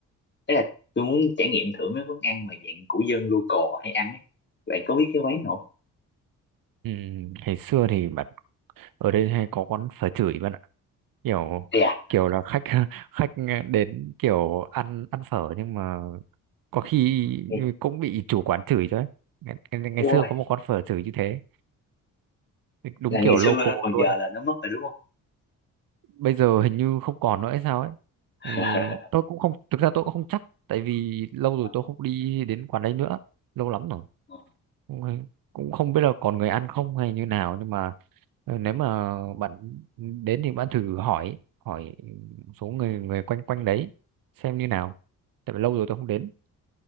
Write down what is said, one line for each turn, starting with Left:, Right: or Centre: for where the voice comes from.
Left: ấy là tôi muốn trải nghiệm thử mấy quán ăn mà dạng của dân local họ hay ăn ấy bạn có biết cái quán nào không
Right: ừ, ngày xưa thì bạn ở đây hay có quán phở chửi bạn ạ kiểu
Left: Ê à
Right: kiểu là khách <laughs> khách đến kiểu ăn ăn phở nhưng mà có khi
Left: ê,
Right: cũng bị chủ quán chửi chứ ấy. ngày, ngày, ngày
Left: ôi
Right: xưa có một quán phở chửi như thế đúng
Left: là
Right: kiểu
Left: ngày xưa
Right: local
Left: đó còn
Right: luôn
Left: giờ là nó mất rồi đúng không
Right: bây giờ hình như không còn nữa hay sao ấy
Left: <laughs>
Right: thì tôi cũng không thực ra tôi cũng không chắc tại vì lâu rồi
Left: Ờ,
Right: tôi không đi đến quán đấy nữa lâu lắm rồi
Left: ờ.
Right: cũng hay- cũng không biết là còn người ăn không hay như nào nhưng mà ờ, nếu mà bạn đến thì bạn thử hỏi hỏi một số người người quanh quanh đấy xem như nào tại vì lâu rồi tôi không đến